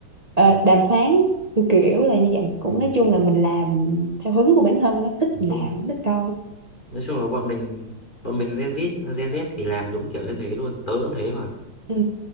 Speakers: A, on the right; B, on the left.
A: Ờ,
B: ừ,
A: đàm phán kiểu kiểu là như vậy cũng
B: ừ,
A: nói chung là mình làm theo hứng của bản thân nó thích
B: đúng
A: thì làm thích rồi
B: nói chung là bọn mình bọn mình Gen Z Gen Z thì làm đúng kiểu như thế luôn tớ cũng thế mà
A: ừ.